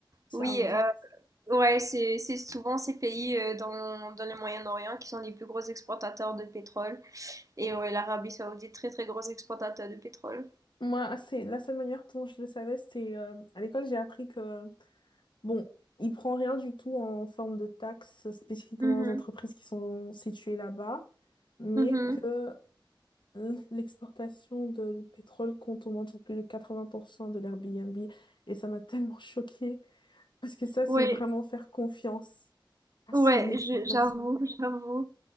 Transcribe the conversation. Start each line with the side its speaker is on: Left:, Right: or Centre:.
Left: Saoudite.
Right: Oui, euh, ouais, c'est c'est souvent ces pays euh, dans, dans le Moyen-Orient qui sont les plus gros exportateurs de pétrole. Et ouais, l'Arabie Saoudite, très très gros exportateur de pétrole.
Left: Moi, c'est la seule manière dont je le savais, c'était euh, à l'école, j'ai appris que Bon, il prend rien du tout en forme de taxes spécifiquement
Right: Mhm,
Left: aux entreprises qui sont situées là-bas, mais
Right: mhm.
Left: que <laughs> l'exportation de pétrole compte au moins pour plus de 80% de l'Airbnb. Et ça m'a <laughs> tellement choquée, parce que ça, c'est
Right: Ouais,
Left: vraiment faire confiance à
Right: ouais,
Left: son exportation.
Right: je- j'avoue, <laughs> j'avoue.